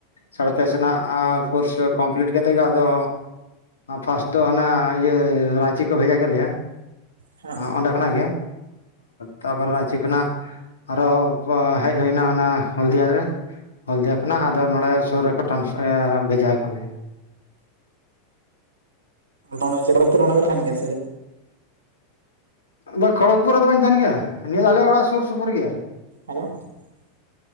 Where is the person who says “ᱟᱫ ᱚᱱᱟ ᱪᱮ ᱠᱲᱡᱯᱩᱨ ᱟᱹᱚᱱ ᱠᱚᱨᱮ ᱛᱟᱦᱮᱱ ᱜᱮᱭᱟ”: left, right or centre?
Right